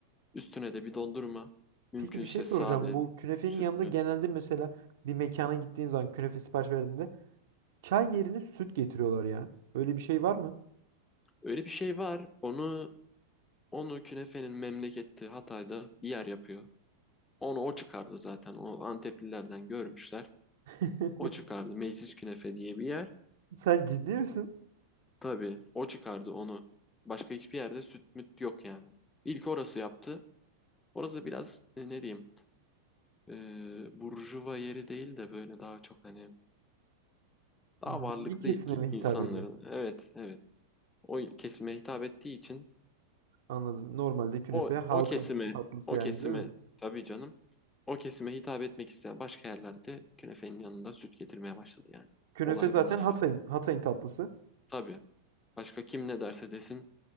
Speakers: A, on the left; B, on the right.
A: üstüne de bir dondurma. Mümkünse
B: Peki bir şey soracağım.
A: sade,
B: Bu künefenin
A: sütlü.
B: yanında genelde mesela bir mekana gittiğin zaman künefe sipariş verdiğinde Çay yerine süt getiriyorlar ya. Öyle bir şey var mı?
A: Öyle bir şey var. Onu onu künefenin memleketi Hatay'da bir yer yapıyor. Onu o çıkardı zaten. O Anteplilerden görmüşler.
B: <laughs>
A: O çıkardı. Meclis Künefe diye bir yer.
B: Sen ciddi misin?
A: Tabii o çıkardı onu. Başka hiçbir yerde süt müt yok yani. İlk orası yaptı. Orası biraz e, ne diyeyim e, burjuva yeri değil de böyle daha çok hani daha varlıklı
B: Zengin kesime
A: ki-
B: mi hitap
A: insanların
B: ediyor?
A: evet evet o kesime hitap ettiği için
B: Anladım. Normalde künefe
A: o
B: halkın
A: o kesime
B: tatlısı
A: o
B: yani
A: kesime
B: değil mi?
A: tabii canım o kesime hitap etmek isteyen başka yerlerde künefenin yanında süt getirmeye başladı yani.
B: Künefe
A: Olay
B: zaten
A: bundan ibaret.
B: Hatay'ın Hatay'ın tatlısı.
A: Tabii. Başka kim ne derse desin